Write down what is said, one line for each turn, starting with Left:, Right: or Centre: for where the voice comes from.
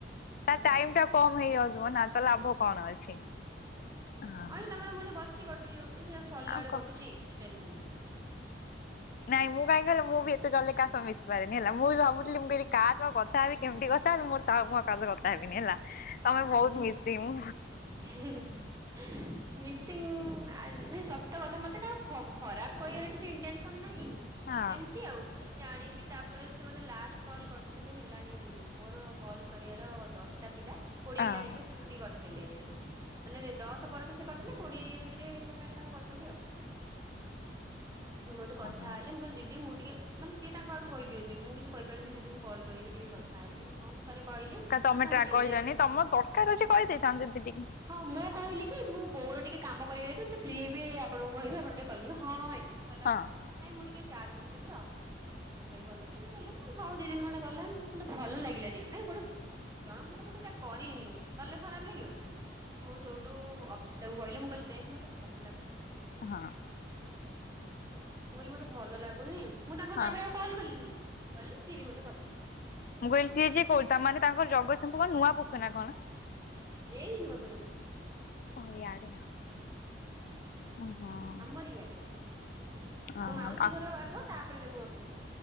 Left: ତା
Right: ଅଧାରୁ
Left: ଟାଇମ୍ ଟା କମ୍ ହେଇଯାଉଥିବ ନା, ତ ଲାଭ କଣ ଅଛି? ହଁ
Right: ଅଇଛା, ତମର ମୁଁ ଏଇଛା ବସଛି, କଟି <unintelligible> ସରିଲା
Left: ଆଉ
Right: ବେଳକୁ
Left: କ
Right: କଟୁଛି କିଛି ଟେନ୍ ସନ ନାହିଁ।
Left: ନାଇଁ, ମୁଁ କାହିଁ କହିଲ, ମୁଁ ବି ଏତେ ଜଲ୍ଲୀ କାହ ସହ ମିଶିପାରେନି। ହେଲା, ମୁଁ ବି ଭାବୁଥିଲି, ମୁଁ କହିଲି କାହା ସହ କଥାହେବି, କେମତି କଥାହେବି, ମୋର ତାଉ। ମୁଁ ଆଉ, କାହା ସହ କଥା ହେବିନି ହେଲା। ତମେ ବହୁତ
Right: ହୁଁ,
Left: ମିଶି
Right: ହୁଁ,
Left: ମୁଁ
Right: ହେଁ, ହେଁ। ମିଶିଂ! ଆ ନାଇଁ ସତ କଥା, ମତେ କାହାକୁ ଖ-ଖରାପ କହିବାର କିଛି ଇଣ୍ଟେନ୍ସନ ନାହିଁ।
Left: ହଁ
Right: ଏମ୍ ତି ଆଉ, ମୁଁ ଯେ ଜାଣିଲି ତା'ପରେ ସେ ମୋତେ ଲାଷ୍ଟ କଲ୍ କରିଥିଲେ, ହେଲାଣି ମୋର କଲ୍ ସରିବାର ଦଶ ଟା ଥିଲା। କୋଡିଏଟା
Left: ହଁ
Right: ହେଇଥିଲା ସେ ସେଠି କରିଥିଲେ। ମାନେ ଦଶ ପରଠୁ ସେ କରିଥିଲେ। କୋଡିଏ ଭିତରେ ଚାରି ପାଞ୍ଚଟା ଖଣ୍ଡେ କରିଛନ୍ତି ଆଉ। ମୋ ଠୁ କଥା
Left: ହଁ।
Right: ହେଲେ ମୁଁ କହଲି ଦିଦି ମୁଁ ଟିକେ, ମାନେ ସିଏ ତାଙ୍କ ଆଡୁ କହିଦିଅନ୍ତି। ମୁଁ କିନ୍ତୁ କହିପାରେନି, କି ଦିଦି ମୁଁ କଲ୍ କରିବିି ଟିକେ କଥାହେବି କଣ? ମୁଁ ଥରେ କହିଲି
Left: କାଇଁ ତମେ
Right: ନା
Left: ଟ୍ରାକ୍
Right: ହଉ ଠିକ
Left: କହିଲନି,
Right: ଅଛି ଏବେ
Left: ତମର ଦରକାର ଅଛି, କହିଦେଇଥାନ୍ତ ଦିଦି ଟିକ୍
Right: ହଁ, ମୁଁ କହିଲି କି ମୁଁ ବୋଉର ଟିକେ କାମ କରିବାକୁ ଯାଉଛି। ମୁଁ <unintelligible> ଫ୍ରୀ ହେବି, ଆପଣଙ୍କୁ କିହିବି ଆପଣ ଟିକେ କଲ୍ କରିବେ। ହଁ, ହାଁ ମାଇଲେ। ଗଲା
Left: ହଁ
Right: ଅଳକୁ, ନାଇଁ ମୁଁ ଟିକେ ଚାର୍ଜ ବସେଇଥିଲି ତ ଆଉ, ସେଥିପାଇଁ କରିନଥିଲି ଏମିତି ହଲେ, ମୁଁ କହିଲି ହଉ ଦି ଦିନ ଖଣ୍ଡେ ଗଲା ମତେ ଭଲ ଲାଗିଲାନି। ନାଇଁ ଗୋଟେ ଜଣଙ୍କ ସହିତ ମୁଁ ସେଇଟା କରିନି, କଲେ ଖରାପ ଲାଗିବନି। ମୁଁ ସେଇଠୁ ଅଭିପ୍ସା କୁ କହିଲି ମୁଁ କହିଲି, ଦେଖ ମତେ ଭଲ ଲାଗୁନି।
Left: ହଁ।
Right: ମୁଁ କହିଲି ମତେ ଭଲ ଲାଗୁନି। ମୁଁ ତାଙ୍କୁ
Left: ହଁ
Right: ତା'ପରେ ଆଉ କଲ୍ କଲିିନି। କହିଲି ସିଏ ବି ମତେ କଲେ।
Left: ମୁଁ କହିଲି ସିଏ ଯିଏ କଉଠ! ତା, ମାନେ, ତାଙ୍କର ଜଗତସିଂହପୁର ନୂଆ ପୋଖ ନା କଣ?
Right: ଏଇ ନୁଆପୁର ଆମ ଏଇଠି।
Left: ଓ ଇଆଡ଼େ ଆ। ଓହଁ।
Right: ଆମରି ଇଆଡେ ଭିତରେ
Left: ହଁ
Right: ମୋ ମାଉସୀଘର
Left: ଆ
Right: ଆଗ ତାପରେ ନୁଆପୋଖରୀ।